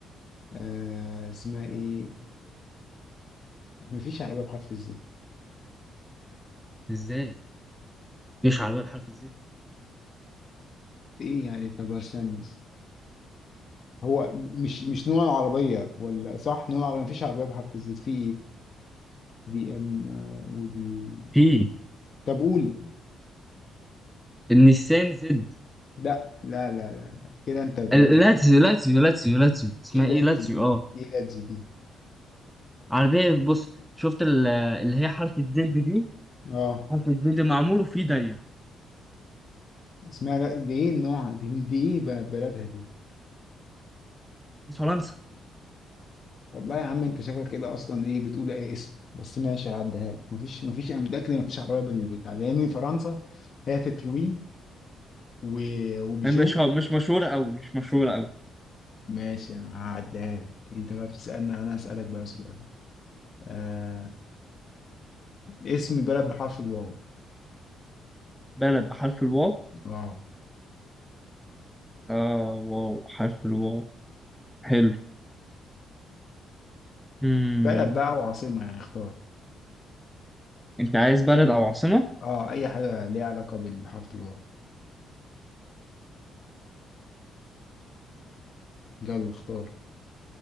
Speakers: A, on the left; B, in the centre.
A: آه اسمها ايه مفيش عربية بحرف الزد
B: ازاي مش عربية بحرف الزد
A: ايه يعني طب عشان هو م- مش مش نوع العربية ولا صح نوع العربية مفيش عربية بحرف الزد في بي ام آه، ودي
B: في
A: طب قول
B: النيسان زد
A: لا لا لا لا, لا. كده انت بتقول
B: ال- لاتزيو لاتزيو لاتزيو لاتزيو اسمها
A: ايه لا
B: ايه
A: تزيد
B: لاتزيو
A: دي
B: اه
A: ايه لا تزيد دي
B: عربية بص شفت ال- اللي هي حرف الزد دي
A: اه
B: حرف الزد معمول وفيه دايرة
A: اسمها لا دي ايه نوعها دي دي ايه ب- بلدها دي
B: فرنسا
A: والله يا عم انت شكلك كده اصلا ايه بتقول اي اسم بس ماشي هعديها لك مفيش مفيش انا متأكد ان مفيش عربية بالبتاع ده لان فرنسا هي تتروين و- وبيجو
B: هي مش مش مشهورة أوي مش مشهورة أوي
A: ماشي هعديها لك انت بقى بتسألني انا هسألك بقى سؤال آه اسم بلد بحرف الواو
B: بلد بحرف الواو
A: اه
B: آه واو حرف الواو حلو مم.
A: بلد بقى وعاصمة يعني اختار
B: أنت عايز بلد أو عاصمة؟
A: اه اي حاجة ليها علاقة بالحرف الواو يلا اختار